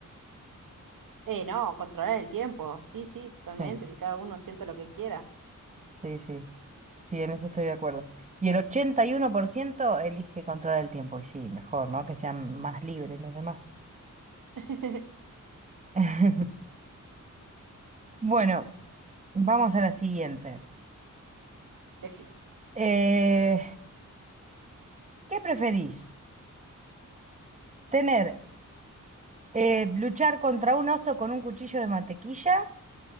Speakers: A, on the right; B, on the right.
A: Eh, no, controlar el tiempo. Sí, sí, totalmente,
B: Sí.
A: que cada uno sienta lo que quiera.
B: Sí, sí. Sí, en eso estoy de acuerdo. Y el 81% elige controlar el tiempo. Y sí, mejor, ¿no? Que sean más libres los demás.
A: <laughs>
B: <laughs> Bueno, vamos a la siguiente.
A: Decime.
B: Eh, ¿qué preferís? ¿Tener, eh, luchar contra un oso con un cuchillo de mantequilla